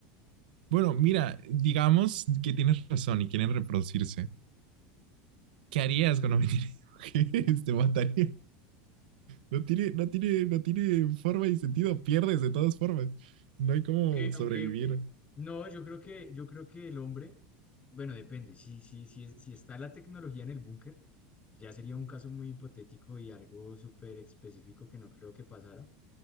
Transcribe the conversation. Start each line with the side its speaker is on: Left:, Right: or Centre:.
Right: Bueno, mira, digamos que tienes razón y quieren reproducirse. ¿Qué harías cuando me tiene <laughs> mujeres? Te mataría. No tiene, no tiene, no tiene forma y sentido. Pierdes de todas formas. No hay cómo
Left: Aunque, aunque
Right: sobrevivir.
Left: eh, no, yo creo que, yo creo que el hombre Bueno, depende. Si, si, si, es- si está la tecnología en el búnker, ya sería un caso muy hipotético y algo súper específico que no creo que pasara.